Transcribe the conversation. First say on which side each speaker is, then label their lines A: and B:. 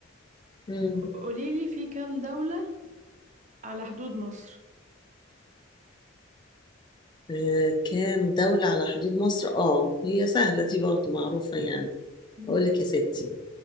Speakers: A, on the left; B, on the right.
A: امم
B: قوليلي في كام دولة على حدود مصر
A: آه، كام دولة على حدود مصر؟ اه هي سهلة دي برضو معروفة يعني
B: مم.
A: أقول لك يا ستي